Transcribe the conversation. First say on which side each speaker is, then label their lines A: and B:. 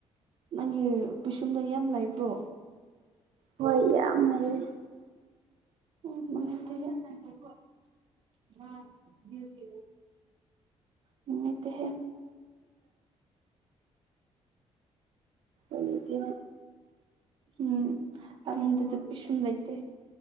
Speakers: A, on the right (about 50°); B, on the right (about 85°).
A: ꯅꯪꯒꯤ ꯄꯤꯁꯨꯝꯗꯣ ꯌꯥꯝ ꯂꯩꯕ꯭ꯔꯣ
B: ꯍꯣꯏ ꯌꯥꯝ ꯂꯩꯌꯦ
A: ꯎꯝ ꯅꯨꯡꯉꯥꯏꯇꯦꯍꯦ ꯅꯨꯡꯉꯥꯏꯇꯦꯍꯦ
B: ꯑꯗꯨꯗꯤ
A: ꯎꯝ ꯑ ꯃꯗꯁꯨ ꯄꯤꯁꯟ ꯂꯩꯇꯦ